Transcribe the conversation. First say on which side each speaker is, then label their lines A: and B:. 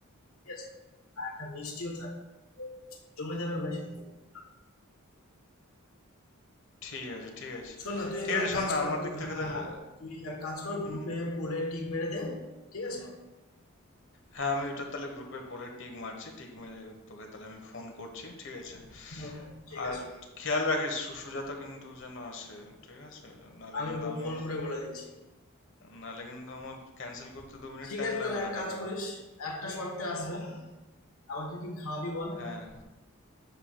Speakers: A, on the left; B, on the left.
A: ঠিক আছে আর একটা মিষ্টিও থাকবে তো জমে যাবে ভাই সেদিকে দুপুরটা
B: ঠিক আছে ঠিক আছে
A: শোন না তুই
B: ঠিক
A: তোরা
B: আছে শোন
A: কাজ
B: না
A: কর
B: আমার
A: তুই
B: দিক থেকে
A: হ্যাঁ
B: তাহলে
A: হ্যাঁ তুই এক কাজ কর
B: হুম
A: গ্রুপে কোলে টিক মেরে দে ঠিক আছে
B: হ্যাঁ আমি এটা তাহলে গ্রুপে পোলে টিক মারছি টিক মেরে তোকে তাহলে আমি ফোন করছি ঠিক আছে
A: হুম হুম ঠিক
B: আর
A: আছে
B: খেয়াল রাখিস সু- সুজাতা কিন্তু যেন আসে ঠিক আছে নালে
A: আমি
B: কিন্তু
A: ব-
B: আমার
A: ফোন করে বলে দিচ্ছি
B: নালে কিন্তু আমার ক্যান্সেল করতে দু মিনিট
A: ঠিক
B: টাইম
A: আছে
B: লাগবে
A: তাহলে এক
B: না কাকা
A: কাজ করিস একটা শর্তে আসবে আমাকে কি খাওয়াবি বল
B: হ্যাঁ